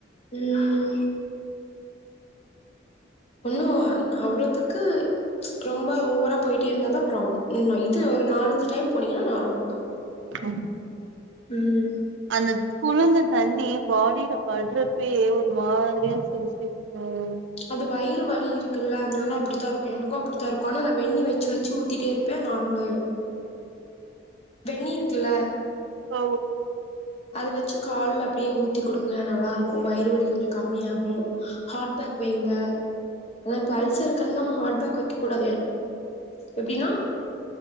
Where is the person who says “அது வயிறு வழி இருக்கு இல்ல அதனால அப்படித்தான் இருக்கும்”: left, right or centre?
Left